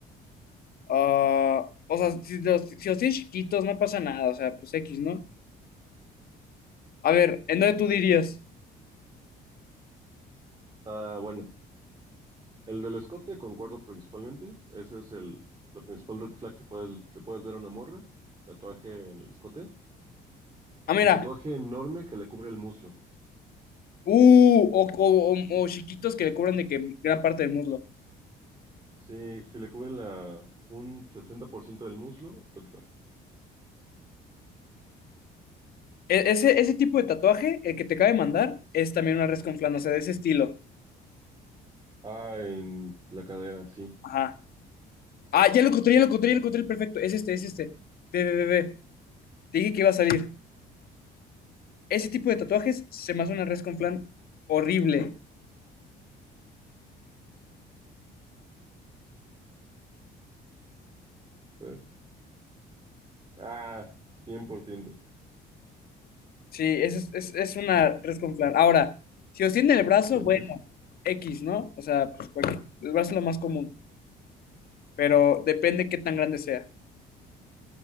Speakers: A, on the left (about 55°); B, on the right (about 25°).
A: Ah, o sea, si los, si los tienes chiquitos, no pasa nada, o sea, pues X, ¿no? A ver, ¿en dónde tú dirías?
B: Ah, bueno, el del escote concuerdo principalmente. Ese es el, la principal red flag que puedes, que puedes ver a una morra. Tatuaje en el escote.
A: Ah, mira,
B: Y tatuaje enorme que le cubre el muslo.
A: uh, o, o, o- o chiquitos que le cubran de que gran parte del muslo.
B: Sí, si le cubre la, un 60% del muslo, red flag.
A: E- ese, ese tipo de tatuaje, el que te cabe mandar, es también una res con flan, o sea, de ese estilo.
B: Ah, en la cadera, sí.
A: Ajá. Ah, ya lo encontré, ya lo encontré, ya lo encontré, perfecto. Es este, es este. Ve, ve, ve, ve. Te dije que iba a salir. Ese tipo de tatuajes se me hace una res con flan horrible.
B: Eh, Ah, 100%,
A: Sí, es, es, es una res con flan. Ahora, si os tiene el brazo,
B: Bastante.
A: bueno, X, ¿no? O sea, pues cualquier- el brazo es lo más común, pero depende qué tan grande sea.